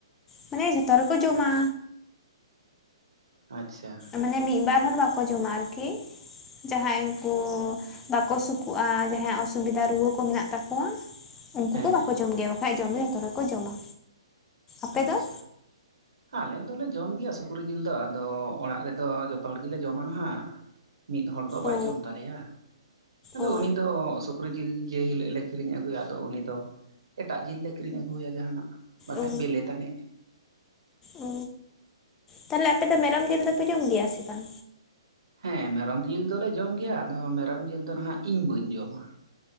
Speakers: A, on the left (about 15°); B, on the right (about 65°).
A: ᱢᱟᱱᱮ ᱡᱷᱚᱛᱚ ᱨᱮᱠᱚ ᱡᱚᱢᱟ᱾
B: ᱟᱪᱪᱷᱟ,
A: ᱢᱟᱱᱮ ᱢᱤᱜ ᱵᱟᱨ ᱦᱚᱲ ᱵᱟᱠᱚ ᱡᱚᱢᱟ ᱟᱨᱠᱤ, ᱡᱟᱦᱟᱸᱭ ᱠᱚ ᱵᱟᱠᱚ ᱥᱩᱠᱚᱜᱼᱟ ᱡᱟᱦᱟᱸᱭ ᱚᱥᱩᱵᱤᱫᱷᱟ ᱨᱩᱣᱟᱹ ᱠᱚ ᱢᱮᱱᱟᱜ ᱛᱟᱠᱚᱣᱟ, ᱩᱱᱠᱩ
B: ᱦᱮᱸ
A: ᱠᱚ ᱵᱟᱠᱚ
B: ᱦᱮᱸ
A: ᱡᱚᱢ ᱜᱮᱭᱟ ᱵᱟᱠᱷᱟᱡ ᱡᱚᱢ ᱫᱚ ᱡᱷᱚᱛᱚ ᱦᱚᱲ ᱜᱮᱠᱚ ᱡᱚᱢᱟ᱾ ᱟᱯᱮ
B: ᱟᱪᱪᱷᱟ
A: ᱫᱚ?
B: ᱟᱞᱮ ᱫᱚᱞᱮ ᱡᱚᱢ ᱜᱮᱭᱟ ᱥᱩᱠᱨᱤ ᱡᱤᱞ ᱫᱚ ᱟᱫᱚ ᱚᱲᱟᱜ ᱨᱮᱫᱚ ᱡᱚᱛᱚ ᱦᱚᱲ ᱜᱮᱞᱮ ᱡᱚᱢᱟ ᱱᱟᱦᱟᱜ᱾ ᱢᱤᱫ ᱦᱚᱲ ᱫᱚ ᱵᱟᱭ
A: ᱚ
B: ᱡᱚᱢ ᱛᱟᱞᱮᱭᱟ ᱾ ᱟᱫᱚ
A: ᱚ
B: ᱩᱱᱤ ᱫᱚ ᱥᱩᱠ ᱥᱩᱠᱩᱨᱤ ᱡᱤᱞ ᱡᱮ ᱦᱤᱞᱳᱜ ᱞᱮ ᱠᱤᱨᱤᱧ ᱟᱹᱜᱩᱭᱟ, ᱟᱫᱚ ᱩᱱᱤ ᱫᱚ ᱮᱴᱟᱜ ᱡᱤᱞ ᱞᱮ ᱠᱤᱨᱤᱧ ᱟᱹᱜᱩᱭᱟ ᱡᱟᱦᱟᱱᱟᱜ᱾ ᱵᱟᱠᱷᱟᱡ
A: ᱚ
B: ᱵᱮᱞᱮ ᱛᱟᱱᱤᱡ
A: ᱚ, ᱛᱟᱦᱚᱞᱮ ᱟᱯᱮ ᱫᱚ ᱢᱮᱨᱚᱢ ᱡᱤᱞ ᱫᱚᱯᱮ ᱡᱚᱢ ᱜᱮᱭᱟ ᱥᱮ ᱵᱟᱝ?
B: ᱦᱮᱸ ᱢᱮᱨᱚᱢ ᱡᱤᱞ ᱫᱚᱞᱮ ᱡᱚᱢ ᱜᱮᱭᱟ, ᱟᱫᱚ ᱢᱮᱨᱚᱢ ᱡᱤᱞ ᱫᱚ ᱱᱟᱦᱟᱜ ᱤᱧ ᱵᱟᱹᱧ ᱡᱚᱢᱟ ᱾